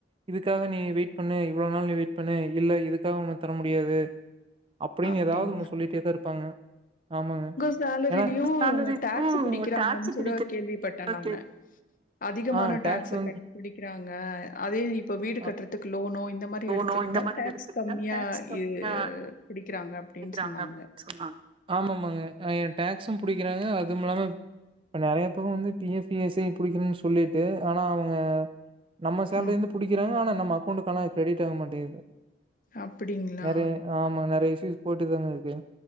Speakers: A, on the right; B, on the left.
A: இதுக்காக நீ வெயிட் பண்ணு இவ்ளோ நாள் நீ வெயிட் பண்ணு இல்ல இதுக்காக ஒனக்கு தர முடியாது அப்டின்
B: அப்படிங்களா?
A: எதாது ஒன்னு சொல்லிட்டே தா இருப்பாங்க ஆமாங்க
B: சேலரிலியு
A: ஏன்னா சேலரிக்கும்
B: டேக்ஸு புடிக்கிறாங்கன்
A: டாக்ஸ்
B: சொல்லி
A: பிடிக்கிறதா
B: கேள்விப்பட்டே நானு
A: கே
B: அதிகமான
A: ஆ
B: டேக்ஸு
A: டாக்ஸ் வந்து
B: கட் புடிக்கிறாங்க அதே இப்ப வீடு
A: அ
B: கட்றதுக்கு லோனோ இந்த மாரி
A: லோனோ
B: தி எடுத்துக்கிட்டா
A: இந்த மாரி
B: டேக்ஸ்
A: எடுத்துக்கிட்டா
B: கம்மியா
A: டாக்ஸ் கம்மியா
B: ஏ பிடிக்கிறாங்க அப்டின்
A: பிடிக்கிறாங்க
B: சொன்னாங்க
A: அப்டின்னு சொன்னாங்க ஆமாமாங்க எ டேக்ஸு புடிக்கிறாங்க அதுமில்லாம இப்ப நறைய பேரு வந்து P F E S I புடிக்கிறன்னு சொல்லிட்டு ஆனா அவங்க நம்ம சேலரிலேந்து
B: ஆ.
A: புடிக்கிறாங்க ஆனா நம்ம அக்கோண்ட்க்கு ஆனா அது கிரெட் ஆக மாட்டேங்கிது
B: அப்டிங்களா
A: நெறைய ஆமாங்க நெறைய இஸ்யூஸ் போயிட்டுதாங்க இருக்கு